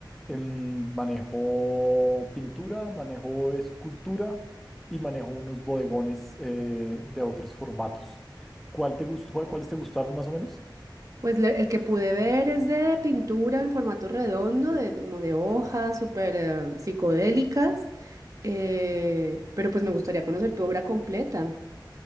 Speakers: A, in the centre; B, on the right.
A: Em, manejo pintura, manejo escultura y manejo unos bodegones eh, de otros formatos. ¿Cuál te gustó, cuál- cuáles te gustaron más o menos?
B: Pues le- el que pude ver es de pintura en formato redondo, de, como de hojas súper eh, psicodélicas. Eh, pero pues me gustaría conocer tu obra completa.